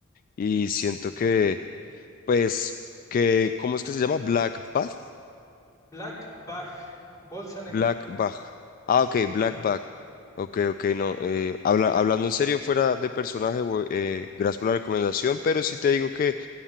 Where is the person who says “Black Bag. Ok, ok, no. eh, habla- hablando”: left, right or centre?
Left